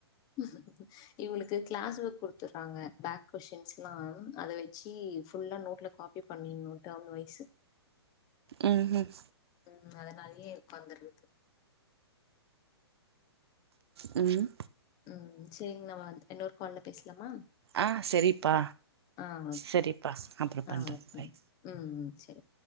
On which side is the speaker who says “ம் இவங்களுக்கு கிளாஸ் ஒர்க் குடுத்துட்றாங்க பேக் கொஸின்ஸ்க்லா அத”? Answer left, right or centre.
Left